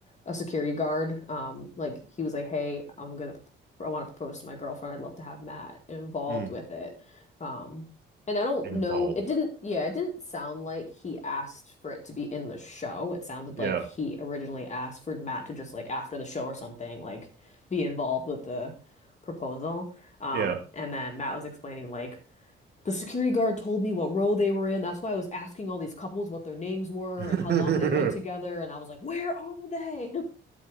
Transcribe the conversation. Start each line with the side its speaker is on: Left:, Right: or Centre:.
Left: a security guard, um, like he was like, "Hey, I'm gonna, I want to propose to my girlfriend. I'd love to have Matt involved
Right: mm.
Left: with it." Um, and I don't
Right: involve.
Left: know, it didn't, yeah, it didn't sound like he asked for it to be in the show. It sounded
Right: Yeah,
Left: like he originally asked for Matt to just like after the show or something, like be involved with the proposal. Um,
Right: yeah,
Left: and then Matt was explaining like the security guard told me what row they were in. That's why I was asking all these couples what their names were
Right: <laughs>
Left: and how long they've been together. And I was like, where are they?